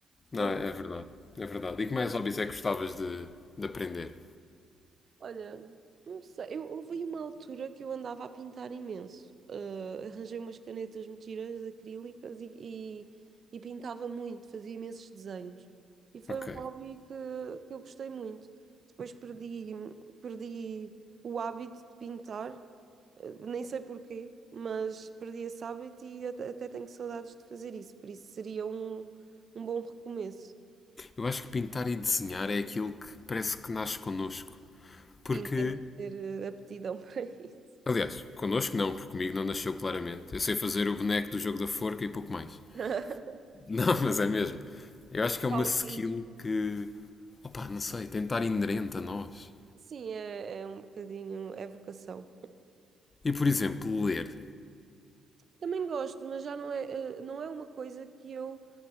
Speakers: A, on the left; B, on the right.
A: Não,
B: Sim.
A: é verdade. É verdade. E que mais hobbies é que gostavas de, de aprender?
B: Olha, não sei. Eu, houve aí uma altura que eu andava a pintar imenso. Ah, arranjei umas canetas mentiras acrílicas e, e, e pintava muito, fazia imensos desenhos. E foi
A: Ok.
B: um hobby que, que eu gostei muito. Depois perdi, perdi o hábito de pintar, ah, nem sei porquê, mas perdi esse hábito e até, até tenho saudades de fazer isso. Por isso seria um, um bom recomeço.
A: Eu acho que pintar e desenhar é aquilo que parece que nasce connosco. Porque.
B: Sim, temos de ter ah, aptidão para isso.
A: Aliás, connosco não, porque comigo não nasceu claramente. Eu sei fazer o boneco do jogo da forca e pouco mais.
B: <laughs>
A: Não, <laughs> mas é mesmo. Eu acho que é uma
B: Pauzinho.
A: skill que. Opa, não sei, tem de estar inerente a nós.
B: Sim, é, é um bocadinho, é vocação.
A: E por exemplo, ler.
B: Também gosto, mas já não é, eh, não é uma coisa que eu